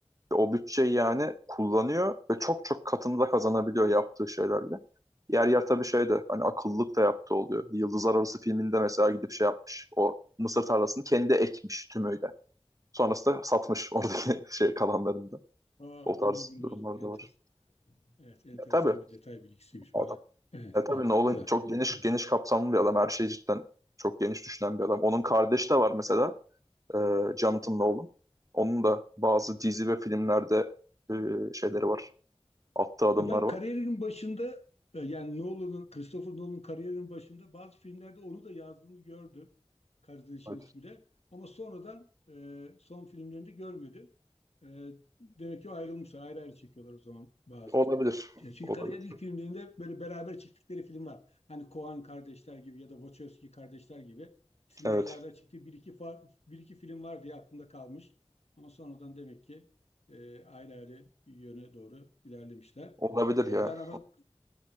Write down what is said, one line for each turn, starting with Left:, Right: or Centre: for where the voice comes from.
Right: O bütçeyi yani kullanıyor ve çok çok katında kazanabiliyor yaptığı şeylerle. Yer yer tabii şey de hani akıllılık da yaptığı oluyor. Yıldızlar Arası filminde mesela gidip şey yapmış. O mısır tarlasını kendi ekmiş tümüyle. Sonrasında satmış <laughs> oradaki şey kalanlarında.
Left: Aa,
Right: O
Left: onu
Right: tarz
Left: bilmiyorduk.
Right: durumlar
Left: Enteresan.
Right: da var.
Left: Evet, enteresan
Right: Ya tabii
Left: bir detay bilgisiymiş
Right: adam.
Left: bu da. Evet,
Right: Ya tabii
Left: evet,
Right: Nolan
Left: güzel.
Right: çok geniş
Left: güzel.
Right: geniş kapsamlı bir adam. Her şeyi cidden çok geniş düşünen bir adam. Onun kardeşi de var mesela. E, Jonathan Nolan. Onun da bazı dizi ve filmlerde e, şeyleri var. Attığı adımlar
Left: E Ben
Right: var.
Left: kariyerimin başında e, yani Nolan'ın, Christopher Nolan'ın kariyerinin başında bazı filmlerde onu da yazdığını gördüm. Kardeşin
Right: Evet.
Left: ismi de. Ama sonradan e, son filmlerinde görmedim. Ee, demek ki ayrılmışlar. Ayrı ayrı çekiyorlar o zaman bazı.
Right: Olabilir.
Left: Ya Çünkü
Right: Olabilir.
Left: kariyerin ilk filmlerinde böyle beraber çektikleri film var. Hani Coen kardeşler gibi ya da Wachowski kardeşler gibi. İkisinin
Right: Evet.
Left: beraber çektiği bir iki, fa- bir iki film var diye aklımda kalmış. Ama sonradan demek ki e, ayrı ayrı yöne doğru ilerlemişler.
Right: Olabilir
Left: E,
Right: ya.
Left: ben ama